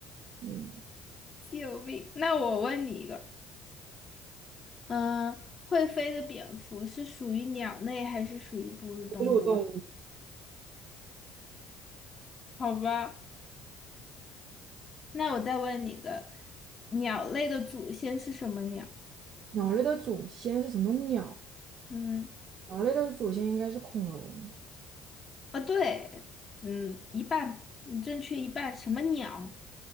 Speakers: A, on the right; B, on the left.
A: 嗯，
B: 救命！那我问你一个，嗯、会飞的蝙蝠是属于鸟类还是属于哺乳动物啊？
A: 哺乳动物，
B: 好吧，那我再问你一个，鸟类的祖先是什么鸟？
A: 鸟类的祖先是什么鸟？
B: 嗯。
A: 鸟类的祖先应该是恐龙。
B: 啊，对，嗯，一半，嗯正确一半。什么鸟？